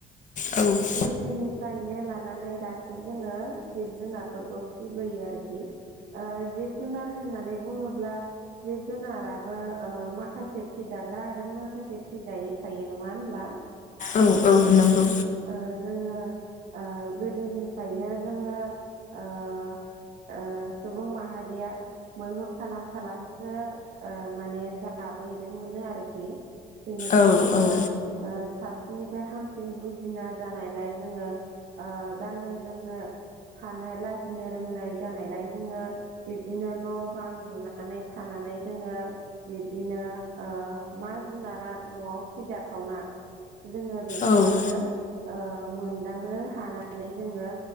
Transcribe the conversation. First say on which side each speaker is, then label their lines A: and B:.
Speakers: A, on the left; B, on the right.
A: औ।
B: गोदोनिफ्रायनो लानानै दासिम जोङो जिब जुनारफोरखौ फिसिबोयो आरोखि ओ जिब जुनार होननानै बुङोब्ला जिब जुनाराबो ओ माखासे फिजाग्रा आरो माखासे फिजायै थायो नङा होनब्ला?
A: औ औ नोंगौ।
B: ओ जोङो ओ गोदोनिफ्रायनो जोङो ओ। ओ सुबुं माहारिया मैहुर खालाम खालामसो ओ माने जाबोदोंमोननो आरोखि। बेनिफ्राय
A: औ
B: जोङो
A: औ
B: ओ साबसिननिफ्राय हामसिन बुजि जिना जानायलाय जोङो ओ गाननो जोमनो हानो लाजिनो रोंनाय जानायलाय जोङो बिब्दिनो न' बां लुनानै थानानै जोङो बिब्दिनो ओ मा जुनारा न'आव फिजाथावना जोङो बेखौहायो
A: औ
B: ओ मोनदांनो हानानै जोङो